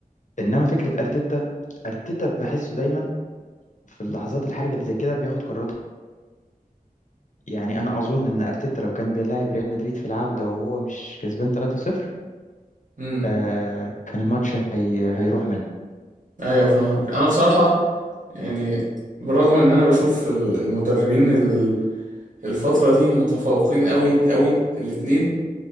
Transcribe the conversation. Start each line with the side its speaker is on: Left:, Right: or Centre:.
Left: إنما فكرة أرتيتا أرتيتا بحسه دايما في اللحظات الحرجة اللي زي كده بياخد قراراته يعني أنا أظن إن أرتيتا لو كان بيلاعب ريال مدريد في العودة وهو مش كسبان 3-0
Right: امم
Left: آه، كان الماتش هي... هيروح منه
Right: ايوه فاهمك انا بصراحه يعني بالرغم ان انا بشوف ال- المدربين ال- الفتره دي متفوقين قوي قوي الاتنين